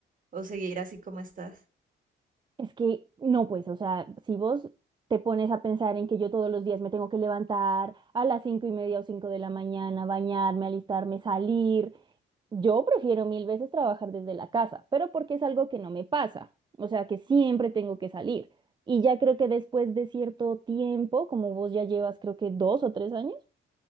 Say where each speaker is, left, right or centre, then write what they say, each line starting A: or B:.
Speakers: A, on the right; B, on the right.
A: o seguir así como estás?
B: Es que no, pues, o sea, si vos te pones a pensar en que yo todos los días me tengo que levantar a las cinco y media o cinco de la mañana, bañarme, alistarme, salir, yo prefiero mil veces trabajar desde la casa, pero porque es algo que no me pasa, o sea, que siempre tengo que salir. Y ya creo que después de cierto tiempo, como vos ya llevas creo que dos o tres años,